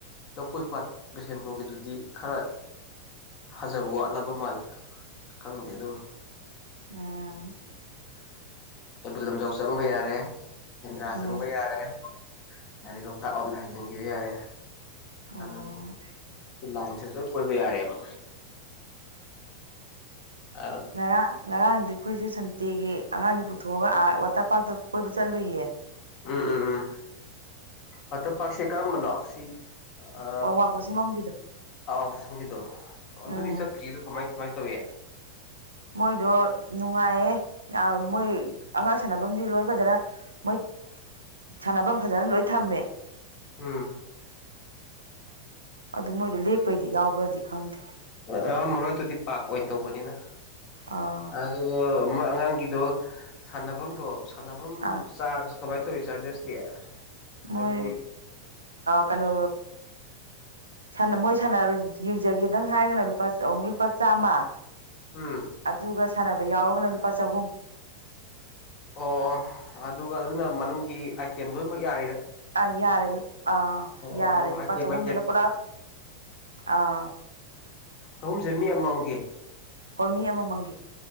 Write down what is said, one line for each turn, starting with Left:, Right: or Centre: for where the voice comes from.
Left: ꯂꯧꯀꯣꯏ ꯄꯥꯠ ꯕꯤꯁꯦꯝꯄꯨꯔꯒꯤꯗꯨꯗꯤ ꯈꯔ ꯐꯖꯕ ꯋꯥꯠꯂꯕ ꯃꯥꯜꯂꯦ ꯈꯪꯗꯦ ꯑꯗꯨꯝ
Right: ꯎꯝ
Left: ꯀꯩꯕꯨꯜ ꯂꯝꯖꯥꯎ ꯆꯪꯕ ꯌꯥꯔꯦ ꯁꯦꯐ, ꯟꯗ꯭ꯔꯥ
Right: ꯎꯝ
Left: ꯆꯪꯕ ꯌꯥꯔꯦ ꯍꯥꯏꯗꯤ ꯂꯣꯛꯇꯥꯛ ꯂꯣꯝꯗ ꯍꯥꯏꯖꯤꯟꯈꯤꯕ ꯌꯥꯔꯦ
Right: ꯑꯣ
Left: ꯌꯥꯝ ꯂꯥꯏꯟꯁꯦ ꯀꯣꯏꯕ ꯌꯥꯔꯦꯕ ꯑ
Right: ꯉꯔꯥꯡ ꯉꯔꯥꯡꯗꯤ ꯑꯩꯈꯣꯏꯁꯨ ꯁꯟꯗꯦꯒꯤ ꯑꯉꯥꯡꯁꯦ ꯄꯨꯊꯣꯛꯑꯒ ꯑꯥ ꯋꯥꯇꯔ ꯄꯥꯔꯛꯇ ꯀꯣꯏꯕ ꯆꯠꯂꯨꯏꯌꯦ
Left: ꯎꯝ ꯎꯝ ꯎꯝ ꯋꯥꯇꯔ ꯄꯥꯛꯁꯦ ꯀꯔꯝꯕꯅꯣ ꯁꯤ ꯑ
Right: ꯑꯋꯥꯡꯄꯣꯠꯁꯤꯃꯝꯒꯤꯗꯣ
Left: ꯑꯋꯥꯡ ꯄꯣꯠꯁꯪꯕꯝꯒꯤꯗꯣ
Right: ꯎꯝ
Left: ꯑꯗꯨꯗꯤ ꯆꯠꯇ꯭ꯔꯤꯌꯦ ꯀꯃꯥꯏꯅ ꯀꯃꯥꯏꯅ ꯇꯧꯏ
Right: ꯃꯣꯏꯗꯣ ꯅꯨꯡꯉꯥꯏꯌꯦ ꯌꯥꯝ ꯃꯣꯏ ꯑꯉꯥꯡ ꯁꯥꯟꯅꯐꯝꯗꯤ ꯂꯣꯏ ꯐꯖꯅ ꯃꯣꯏ ꯁꯥꯟꯅꯐꯝ ꯐꯖꯅ ꯂꯣꯏ ꯊꯝꯃꯦ
Left: ꯎꯝ
Right: ꯑꯗꯨ ꯃꯣꯏꯗꯣ ꯂꯦꯛꯄꯩꯗꯤ ꯌꯥꯎꯕ꯭ꯔꯗꯤ ꯈꯪꯗꯦ
Left: ꯌꯥꯔꯝꯃꯔꯣꯏ ꯑꯗꯨꯗꯤ ꯄꯥꯔꯛ ꯑꯣꯏꯅ ꯇꯧꯕꯅꯤꯅ
Right: ꯑꯥ
Left: ꯑꯗꯣ ꯃꯣꯏ ꯑꯉꯥꯡꯒꯤꯗꯣ ꯁꯥꯟꯅꯐꯝꯗꯣ ꯁꯥꯟꯅꯐꯝ
Right: ꯑꯥ
Left: ꯆꯥꯔꯖ ꯀꯃꯥꯏꯅ ꯇꯧꯋꯦ ꯆꯥꯔꯖꯦꯁꯇꯤ ꯍꯥꯏꯕꯗꯤ
Right: ꯃꯣꯏ ꯀꯩꯅꯣ ꯁꯅ ꯃꯣꯏ ꯁꯥꯟꯅꯔꯣꯏ ꯌꯦꯡꯖꯒꯦꯗꯪ ꯍꯥꯏꯔꯒꯅ ꯂꯨꯄꯥ ꯑꯣꯡꯂꯤ ꯂꯨꯄꯥ ꯆꯥꯝꯃ
Left: ꯎꯝ
Right: ꯑꯗꯨꯒ ꯁꯥꯟꯅꯕ ꯌꯥꯎꯔꯒꯅ ꯂꯨꯄꯥ ꯆꯍꯨꯝ
Left: ꯑꯣ ꯑꯣ ꯑꯗꯨꯒ ꯑꯗꯨꯅ ꯃꯅꯨꯡꯒꯤ ꯑꯥꯏꯇꯦꯝ ꯂꯣꯏꯅꯃꯛ ꯌꯥ
Right: ꯑꯥ ꯌꯥꯔꯦ ꯑꯥ ꯌꯥꯔꯦ
Left: ꯑꯣ
Right: ꯂꯨꯄꯥ
Left: ꯑꯥꯏꯇꯦꯝ
Right: ꯆꯍꯨꯝꯗꯅ
Left: ꯑꯥꯏꯇꯦꯝ
Right: ꯄꯨꯔꯥ ꯑꯥ
Left: ꯑꯍꯨꯝꯁ ꯃꯤ ꯑꯃꯃꯝꯒꯤ
Right: ꯍꯣꯏ ꯃꯤ ꯑꯃꯃꯪꯒꯤ